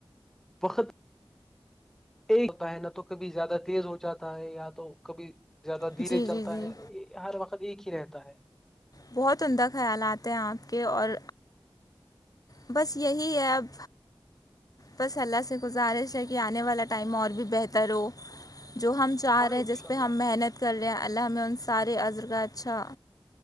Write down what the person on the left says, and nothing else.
جی
جی جی
بہت عمدہ خیالاتتے ہیں آپ کے اور بس یہی ہے اب بس اللہ سے گزارش ہے کہ آنے والا ٹائم اور بھی بہتر ہو جو ہم چار
ہے
جس پہ
ہم محنت کر لیں اللہ ہم میں ان سارے عزر کا اچھا